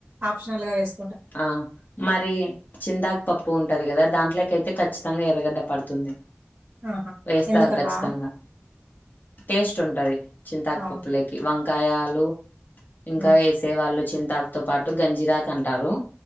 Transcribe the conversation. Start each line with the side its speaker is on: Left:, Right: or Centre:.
Right: ఆప్షనల్ గా వేసు
Left: ఆ మరి చింతకు పప్పు ఉంటాది కదా దాంట్లోకి అయితే ఖచ్చితంగా ఎరగడ్డ పడుతుంది
Right: ఆహా!
Left: వేస్తారు
Right: ఎందుకట్లా?
Left: ఖచ్చితంగా టేస్ట్ ఉంటాది చింతాకు
Right: అవును.
Left: పప్పులొకి వం కాయలు ఇంకా
Right: హ్మ్.
Left: వేసే వాళ్ళు చింతాకు తో పాటు గంజిరాకు అంటారు